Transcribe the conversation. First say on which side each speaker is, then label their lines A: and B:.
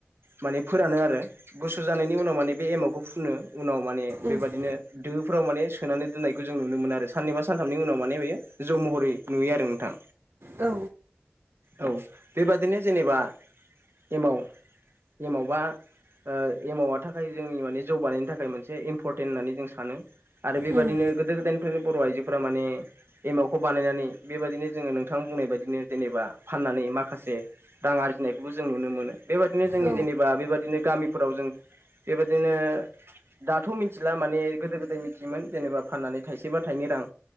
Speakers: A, on the right; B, on the right.
A: माने फोरानो आरो गुसु जानायनि उनाव माने बे एमावखौ फुनो। उनाव माने
B: उम
A: बेबादिनो दो फोराव माने सोनानै दोननायखौ जों नुनो मोनो आरो साननै बा सानथामनि उनाव माने बेयो जौ महरै नुयो आरो नोंथां।
B: औ
A: औ बेबादिनो जेनेबा एमाव एमाव बा ओ एमावा थाखाय जोंनि माने ज' बानायनो थाखाय मोनसे इम्परटेन्ट होननानै जों सानो। आरो बेबादिनो
B: उम
A: गोदो गोदायनिफ्रायनो बर' आइजोफोरा माने एमावखौ बानायनानै बेबायदिनो जोङो नोंथां बुंनाय बायदिनो जेनेबा फाननानै माखासे रां आरजिनायखौबो जों नुनो मोनो बेबादिनो जोंनि
B: औ
A: जेनेबा बेबादिनो गामिफोराव जों बेबायदिनो दाथ' मिथिला माने गोदो गोदाय <unintelligible> <unintelligible> मोन जेनेबा फाननानै थाइसे बा थाइनै रां